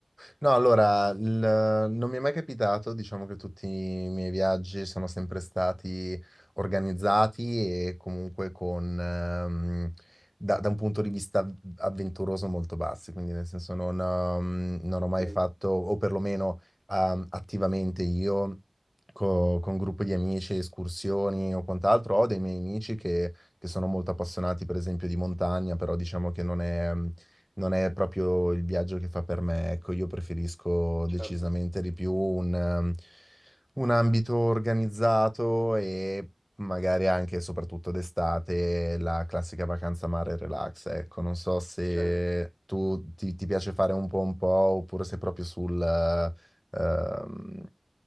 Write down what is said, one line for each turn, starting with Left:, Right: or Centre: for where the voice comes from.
Centre: No, allora, il- non mi è mai capitato, diciamo che tutti i miei viaggi sono sempre stati organizzati e comunque con, ehm, da, da un punto di vista avventuroso molto bassi, quindi nel senso non, ehm, non
Right: Ok,
Centre: ho mai fatto, o perlomeno ehm, attivamente io, co- con gruppi di amici, escursioni o quant'altro, ho dei miei amici che, che sono molto appassionati per esempio di montagna, però diciamo che non è non è proprio il viaggio che fa per me, ecco, io preferisco decisamente
Right: certo,
Centre: di più un, ehm, un ambito organizzato e magari anche, e soprattutto d'estate, la classica vacanza mare e relax, ecco, non so se
Right: certo.
Centre: tu ti, ti piace fare un po' un po' oppure sei proprio sul, eh, ehm,